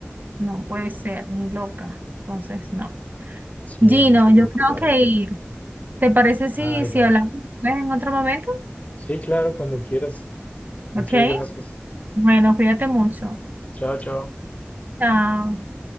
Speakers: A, on the right; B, on the left.
A: No puede ser, ni loca. Entonces, no.
B: Sí,
A: Gino,
B: hay mucho
A: yo
B: loco
A: tengo
B: por
A: que
B: eso.
A: ir. ¿Te parece si,
B: Ay,
A: si
B: vale.
A: hablamos después en otro momento?
B: Sí, claro, cuando quieras. Muchas
A: Ok.
B: gracias.
A: Bueno, cuídate mucho.
B: Chao, chao.
A: Chao.